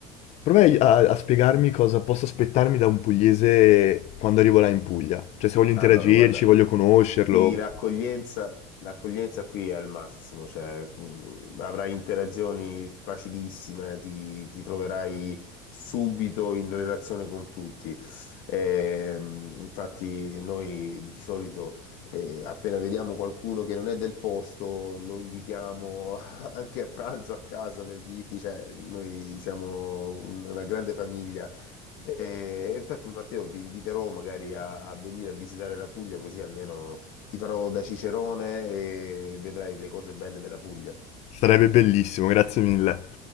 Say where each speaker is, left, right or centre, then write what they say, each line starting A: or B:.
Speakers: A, on the left (about 45°); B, on the left (about 65°).
A: prova a, a spiegarmi cosa posso aspettarmi da un pugliese quando arrivo là in Puglia. Cioè, se voglio interagirci,
B: Allora, guarda,
A: voglio conoscerlo,
B: Qui l'accoglienza l'accoglienza qui è al massimo, cioè mh, avrai interazioni facilissime, ti, ti troverai subito in relazione con tutti. Ehm, infatti noi di solito eh, appena vediamo qualcuno che non è del posto, lo invitiamo <laughs> anche a pranzo a casa per dirti, cioè noi siamo un- una grande famiglia. E infatti Matteo ti inviterò magari a, a venire a visitare la Puglia così almeno ti farò da cicerone e vedrai le cose belle della Puglia.
A: sarebbe bellissimo, grazie mille.